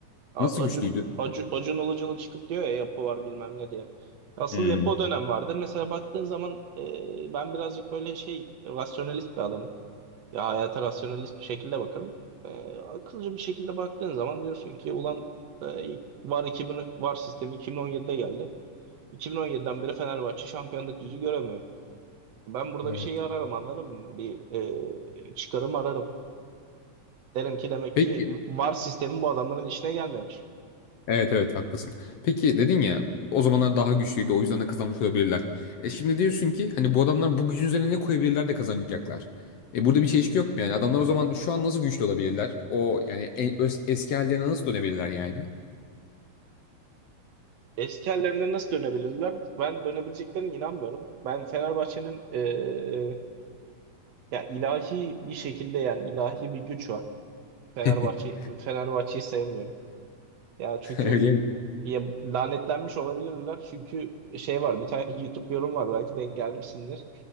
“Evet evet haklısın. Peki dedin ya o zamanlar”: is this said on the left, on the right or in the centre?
Left